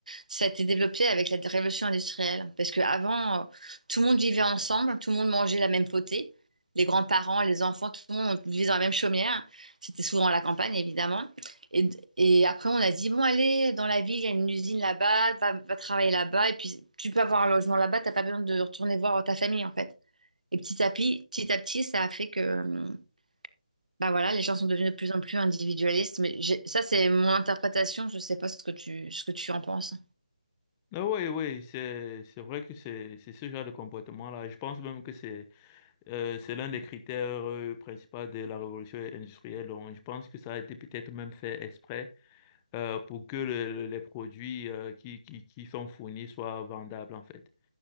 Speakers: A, on the right; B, on the left.
A: Ça a été développé avec la révolution industrielle. Parce qu'avant, tout le monde vivait ensemble, tout le monde mangeait la même potée. Les grands-parents, les enfants, tout le monde vivait dans la même chaumière. C'était souvent à la campagne, évidemment. Et, et après, on a dit, bon, allez, dans la ville, il y a une usine là-bas, va, va travailler là-bas. Et puis, tu peux avoir un logement là-bas, t'as pas besoin de retourner voir ta famille, en fait. Et petit à petit, petit à petit, ça a fait que, bah voilà, les gens sont devenus de plus en plus individualistes. Mais j'ai- ça, c'est mon interprétation. Je sais pas ce que tu, ce que tu en penses.
B: Ah oui, oui, c'est c'est vrai que c'est c'est ce genre de comportement-là. Je pense même que c'est euh, c'est l'un des critères euh, principaux de la révolution industrielle. Donc, je pense que ça a été peut-être même fait exprès euh, pour que le- le- les produits euh, qui, qui, qui sont fournis soient vendables, en fait.